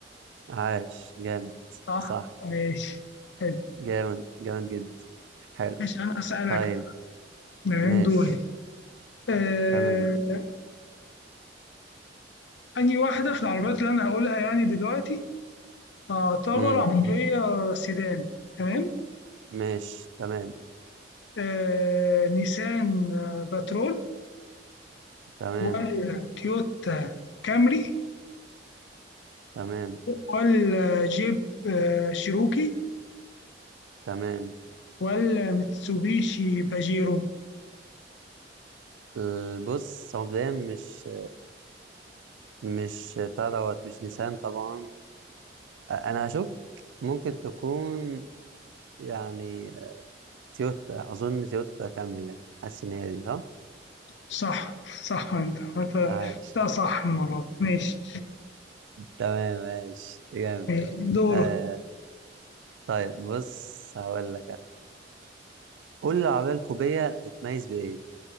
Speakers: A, on the right (about 85°); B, on the left (about 70°).
A: عاش جامد
B: صح
A: صح
B: ماشي حلو.
A: جامد جامد جدا حلو
B: ماشي أنا هسألك
A: طيب
B: بقى نعم
A: ماشي
B: دوري آه،
A: تمام
B: أنهي واحدة في العربيات اللي أنا هقولها يعني دلوقتي تعتبر
A: امم
B: عربية سيدان تمام
A: ماشي تمام
B: آه، نيسان آه، باترول
A: تمام
B: ولا تويوتا كامري
A: تمام
B: ولا جيب آه، شيروكي
A: تمام
B: ولا ميتسوبيشي باجيرو
A: ال- بص هو مبدئيا مش مش بتاع دوت مش نيسان طبعا آه، انا هشك ممكن تكون يعني تويوتا اظن تويوتا كامري يعني حاسس ان هي دي صح
B: صح صح انت انت
A: عاش
B: ده صح المرة دي ماشي
A: تمام ماشي جامد
B: ماشي. دورك
A: آه طيب بص هقول لك انا قول لي العربية الكوبية بتتميز بإيه؟